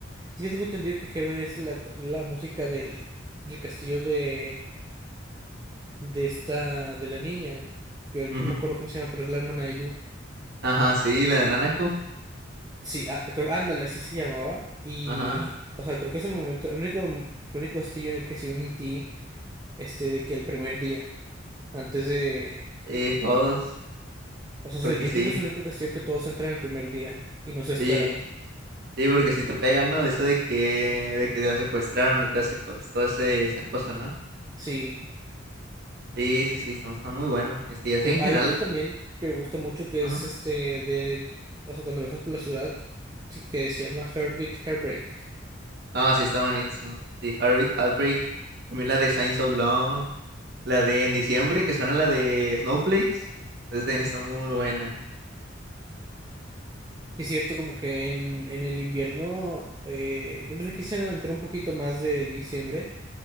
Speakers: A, on the right; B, on the right.
A: Es que tengo entendido que Heaven es la, la música del, del castillo de, de esta, de la niña, que ahorita
B: Ujú.
A: no me acuerdo cómo se llama, pero es la hermana de Yu.
B: Ajá, sí, la de Nanako.
A: Sí, ah, creo, ándale, así se llamaba. Y,
B: Ajá.
A: o sea, creo que es el momento, el único, el único castillo en el que sí me metí, este, de que el primer día, antes de,
B: Sí, todos.
A: o sea, se-
B: Porque
A: yo
B: sí.
A: creo que es el único castillo que todos entran el primer día y no se esperan.
B: Sí. Sí, porque sí te pegan, ¿no? De eso de que, de que la secuestraron y todo ese, co- todo ese, esa cosa, ¿no?
A: Sí.
B: Sí, sí, sí, está, está muy bueno. Este, y así
A: Que
B: en
A: hay
B: general.
A: otro también que me gusta mucho que
B: ajá
A: es este de, o sea, cuando viajas por la ciudad, sí que se llama Heartbeat Heartbreak.
B: Ah, sí, está buenísimo. Sí, Heartbeat, Heartbreak. También la de Signs of Love. La de En Diciembre, que suena la de Snowflakes. Entonces también está muy buena.
A: Sí, es cierto, como que en, en el invierno, eh, yo pensé que quise aventar un poquito más de diciembre,